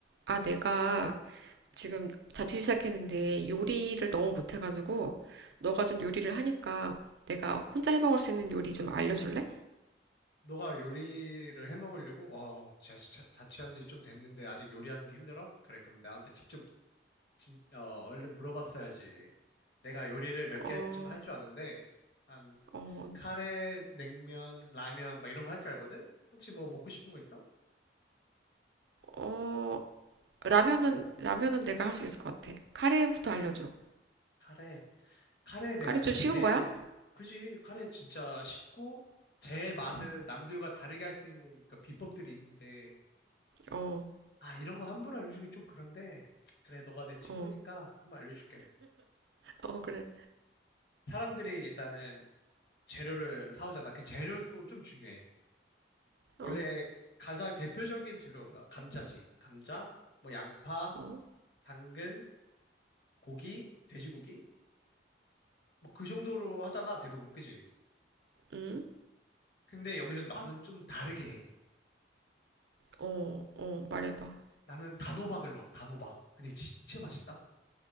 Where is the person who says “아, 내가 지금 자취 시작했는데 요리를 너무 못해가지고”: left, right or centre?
Right